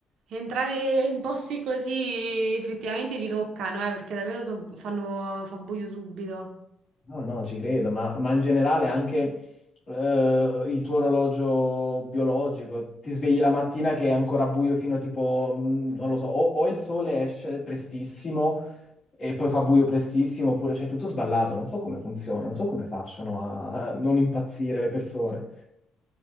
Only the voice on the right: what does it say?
Entrare in posti così effettivamente ti toccano, eh, perché davvero so- fanno, fa buio subito.